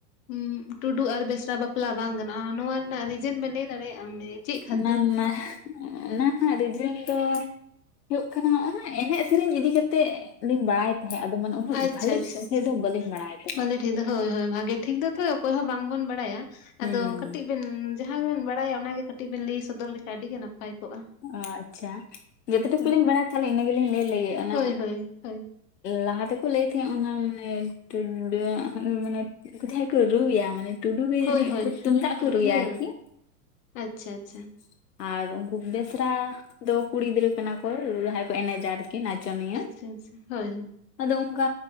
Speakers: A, on the left; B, on the left.
A: ᱦᱩᱸ ᱴᱩᱰᱩ ᱟᱨ ᱵᱮᱥᱨᱟ ᱵᱟᱯᱞᱟ ᱵᱟᱝ ᱜᱟᱱᱚᱜᱼᱟ ᱱᱚᱣᱟ ᱨᱮᱱᱟᱜ ᱨᱤᱡᱮᱱ ᱵᱮ ᱞᱟᱹᱭ ᱫᱟᱲᱮᱭᱟᱜᱼᱟ ᱢᱟᱱᱮ ᱪᱮᱜ ᱠᱷᱟᱹᱛᱤᱨ
B: ᱚᱱᱟ ᱨᱮᱱᱟᱜ
A: ᱚᱱᱠᱟ?
B: ᱚᱱᱟ ᱨᱮᱱᱟᱜ ᱨᱤᱡᱮᱱ ᱫᱚ ᱦᱩᱭᱩᱜ ᱠᱟᱱᱟ ᱚᱱᱟ ᱮᱱᱮᱡ ᱥᱮᱨᱮᱧ ᱤᱫᱤ ᱠᱟᱛᱮᱜ ᱞᱤᱧ ᱵᱟᱲᱟᱭ <unintelligible> ᱟᱫᱚ ᱢᱟᱱᱮ ᱩᱱᱟᱹᱜ
A: ᱟᱪᱪᱷᱟ
B: ᱵᱷᱟᱞᱤ
A: ᱟᱪᱪᱷᱟ
B: ᱥᱮᱫ
A: ᱟᱪᱪᱷᱟ
B: ᱫᱚ ᱵᱟᱹᱞᱤᱧ ᱵᱟᱲᱟᱭ ᱛᱟᱦᱮᱸᱫ
A: ᱵᱷᱟᱹᱞᱤ ᱴᱷᱤᱠ ᱦᱳᱭ ᱦᱳᱭ ᱵᱷᱟᱜᱮ ᱴᱷᱤᱠ ᱫᱚᱛᱚ ᱚᱠᱚᱭ ᱦᱚᱸ ᱵᱟᱝᱵᱚᱱ ᱵᱟᱲᱟᱭᱟ᱾
B: ᱦᱩᱸ
A: ᱟᱫᱚ ᱠᱟᱹᱴᱤᱡ ᱵᱮᱱ ᱡᱟᱦᱟᱸ ᱜᱮᱵᱮᱱ ᱵᱟᱲᱟᱭᱟ ᱚᱱᱟᱜᱮ ᱠᱟᱹᱴᱤᱡ ᱵᱮᱱ ᱞᱟᱹᱭ ᱥᱚᱫᱚᱨ ᱞᱮᱠᱷᱟᱱ ᱟᱹᱰᱤ ᱜᱮ ᱱᱟᱯᱟᱭ ᱠᱚᱜᱼᱟ᱾
B: ᱚ ᱟᱪᱪᱷᱟ ᱡᱚᱛᱚ ᱴᱩᱠᱩ
A: ᱦᱳᱭ
B: ᱞᱤᱧ ᱵᱟᱲᱟᱭᱟ ᱛᱟᱦᱚᱞᱮ ᱤᱱᱟᱹ ᱜᱮᱞᱤᱧ ᱞᱟᱹᱭ ᱞᱮᱜᱮ ᱚᱱᱟ
A: ᱦᱳᱭ ᱦᱳᱭ
B: ᱞᱟᱦᱟ ᱛᱮᱠᱚ ᱞᱟᱹᱭ ᱛᱟᱦᱮᱸᱫ ᱚᱱᱟ ᱢᱟᱱᱮ <unintelligible> ᱢᱟᱱᱮ ᱩᱱᱠᱩ ᱡᱟᱸᱦᱟᱭ ᱠᱚ ᱨᱩᱭᱟ ᱢᱟᱱᱮ ᱴᱩᱰᱩ ᱜᱮ
A: ᱦᱳᱭ
B: ᱡᱟᱹᱱᱤᱡ
A: ᱦᱳᱭ
B: ᱩᱱᱠᱩ ᱛᱩᱢᱫᱟᱜ ᱠᱚ ᱨᱩᱭᱟ
A: ᱤᱭᱟᱹ
B: ᱟᱨᱠᱤ
A: ᱟᱪᱪᱷᱟ
B: <inaudible>
A: ᱟᱪᱪᱷᱟ
B: ᱟᱨ ᱩᱱᱠᱩ ᱵᱮᱥᱨᱟ ᱫᱚ ᱠᱩᱲᱤ ᱜᱤᱫᱽᱨᱟᱹ ᱠᱟᱱᱟ ᱠᱚ ᱡᱟᱦᱟᱸᱭ ᱠᱚ ᱮᱱᱮᱡᱟ ᱟᱨᱠᱤ ᱱᱟᱪᱚᱱᱤᱭᱟᱹ᱾
A: ᱟᱪᱪᱷᱟ ᱦᱳᱭ ᱦᱳ <unintelligible>
B: ᱟᱫᱚ ᱚᱱᱠᱟ